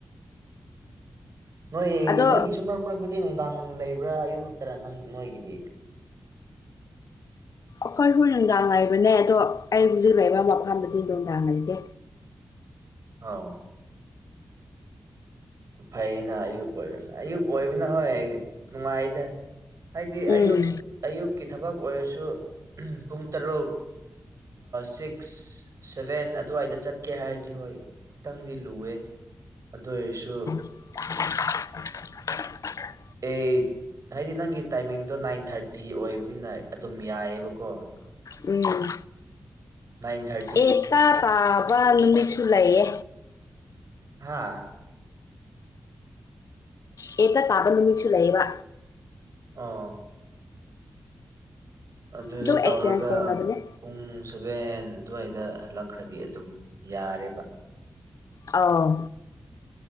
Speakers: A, on the right; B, on the left.
A: ꯅꯣꯏ
B: ꯑꯗꯣ
A: ꯅꯣꯏꯒꯤꯁꯨ ꯃꯔꯛ ꯃꯔꯛꯇꯗꯤ ꯅꯨꯡꯗꯥꯡ ꯂꯩꯕ꯭ꯔꯥ ꯑꯌꯨꯛ ꯈꯛꯇꯔ ꯅꯪ ꯅꯣꯏꯒꯤꯗꯤ
B: ꯑꯩꯈꯣꯏ ꯍꯣꯏ ꯅꯨꯡꯗꯥꯡ ꯍꯥꯏꯥꯏꯕꯅꯦ ꯑꯗꯣ ꯑꯩ ꯍꯧꯖꯤꯛ ꯂꯩꯔꯤꯕ ꯃꯐꯝꯗꯗꯤ ꯅꯨꯡꯗꯥꯡ ꯂꯩꯇꯦ
A: ꯍꯥꯎ ꯐꯩꯅ ꯑꯌꯨꯛ ꯑꯣꯏꯕꯅꯤ ꯑꯌꯨꯛ ꯑꯣꯏꯕꯅ ꯍꯣꯏ ꯅꯨꯡꯉꯥꯏꯗ ꯍꯥꯏꯗꯤ
B: ꯎꯝ
A: ꯑꯌꯨꯛ ꯑꯌꯨꯛꯀꯤ ꯊꯕꯛ ꯑꯣꯏꯔꯁꯨ ꯄꯨꯡ ꯇꯔꯨꯛ ꯁꯤꯛꯁ ꯁꯚꯦꯟ ꯑꯗꯨꯋꯥꯏꯗ ꯆꯠꯀꯦ ꯍꯥꯏꯔꯗꯤ ꯍꯣꯏ ꯈꯤꯇꯪꯗꯤ ꯂꯨꯑꯦ ꯑꯗꯨ ꯑꯣꯏꯔꯁꯨ
B: <inaudible> <unintelligible>
A: ꯑꯦ ꯍꯥꯏꯗꯤ ꯅꯪꯒꯤ ꯇꯥꯏꯃꯤꯡꯗꯣ ꯅꯥꯏꯟ ꯊꯥꯔꯇꯤ ꯑꯣꯏꯕꯅꯤꯅ ꯑꯗꯨꯝ ꯌꯥꯏꯌꯦꯕꯀꯣ
B: ꯎꯝ
A: ꯏꯟ ꯊꯥꯔꯇꯤ
B: ꯑꯦꯇꯥ ꯇꯥꯕ ꯅꯨꯃꯤꯠꯁꯨ ꯂꯩꯌꯦ
A: ꯍꯥꯥ
B: ꯑꯦꯇ ꯇꯥꯕꯅꯤꯃꯤꯁꯨꯨꯂꯕ
A: ꯑꯥ ꯑꯗꯨꯗ
B: ꯑꯗꯨ
A: ꯇꯧꯔꯒ
B: ꯑꯦꯛꯆꯦꯟꯖ ꯇꯧꯅꯕꯅꯦ
A: ꯄꯨꯡ ꯁꯨꯕꯦꯟ ꯑꯗꯨꯋꯥꯏꯗ ꯍꯜꯂꯛꯈ꯭ꯔꯗꯤ ꯑꯗꯨꯝ ꯌꯥꯔꯦꯕ
B: ꯑꯥꯎ